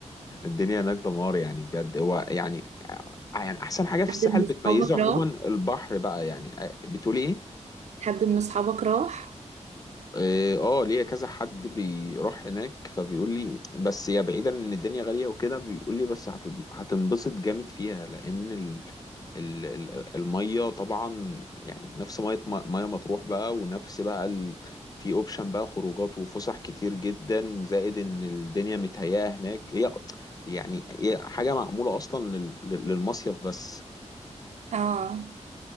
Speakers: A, on the left; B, on the right.
A: الدنيا هناك دمار يعني بجد هو يعني يعني احسن حاجه في
B: حد
A: الساحل
B: من
A: بتميزه
B: أصحابك
A: عموما
B: راح
A: البحر بقى يعني آه، بتقولي ايه
B: حد من أصحابك راح
A: اه آه، ليا كذا حد بيروح هناك فبيقول لي بس يا بعيدا ان الدنيا غالية وكده بيقول لي بس هت- هتنبسط جامد فيها لان ال... ال... ال- المية طبعا يعني نفس مية م- مية مطروح بقى ونفس بقى ال... في اوبشن بقى خروجات وفسح كتير جدا زائد ان الدنيا متهيئة هناك هي يعني هي حاجة معمولة اصلا لل... لل- للمصيف بس
B: اه